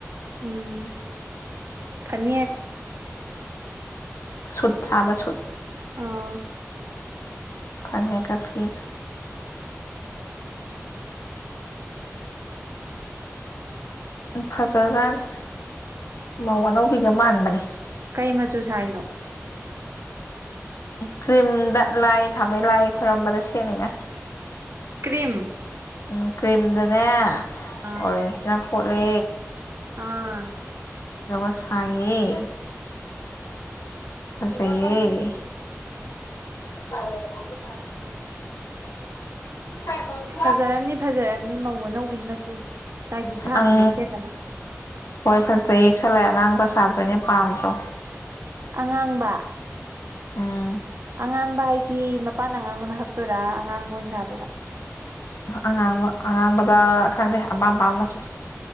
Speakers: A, on the right; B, on the left.
A: ꯎꯝ ꯐꯅꯦꯛ
B: ꯁꯨꯠ ꯁꯥꯕ ꯁꯨꯠ
A: ꯑꯥ
B: ꯐꯅꯦꯛ ꯀꯥ ꯐꯤꯒꯥ ꯎ ꯐꯖꯖꯥꯠꯅꯤ ꯃꯧ ꯑꯅꯧꯕꯤꯒ ꯃꯥꯟꯕꯅꯤ
A: ꯀꯩ ꯃꯆꯨ ꯁꯥꯏꯅꯣ
B: ꯀ꯭ꯔꯤꯝꯗ ꯂꯥꯏ ꯊꯥꯝꯃꯩ ꯂꯥꯏ ꯈꯣꯏꯔꯝꯕꯗ ꯁꯦꯠꯅꯤꯡꯉꯥꯏ
A: ꯀ꯭ꯔꯤꯝ
B: ꯎꯝ ꯀ꯭ꯔꯤꯝꯗꯅꯦ
A: ꯑꯥ
B: ꯑꯣꯔꯦꯟꯖꯅ ꯈꯣꯠꯂ
A: ꯑꯥ
B: ꯗꯋꯥ ꯁꯥꯏꯌꯦ ꯐꯖꯩꯌꯦ <unintelligible>
A: ꯐꯖꯔꯝꯅꯤ ꯐꯖꯔꯔꯕꯅꯤ ꯃꯧ ꯑꯅꯧꯕꯤ ꯃꯆꯨ ꯂꯥꯏꯗꯨꯛ ꯊꯥꯟꯕꯗ
B: ꯑꯪ
A: ꯁꯦꯠꯅꯕ
B: ꯍꯣꯏ ꯐꯖꯩꯌꯦ ꯈꯜꯂꯦ ꯑꯉꯥꯡꯕ ꯁꯥꯗꯣꯏꯅꯦ ꯄꯥꯝꯗ꯭ꯔꯣ
A: ꯑꯉꯥꯡꯕ
B: ꯎꯝ
A: ꯑꯉꯥꯡꯕ ꯍꯥꯏꯗꯤ ꯃꯄꯥꯟ ꯑꯉꯥꯡꯕꯅ ꯍꯛꯇꯣꯏꯣꯔꯥ ꯑꯉꯥꯡꯕ ꯑꯣꯏꯅꯁꯥꯗꯔꯥ
B: ꯑꯉꯥꯡꯕ ꯑꯉꯥꯡꯕꯗ ꯈꯪꯗꯦ ꯑꯄꯥꯝ ꯑꯄꯥꯝ ꯑꯃꯁꯨ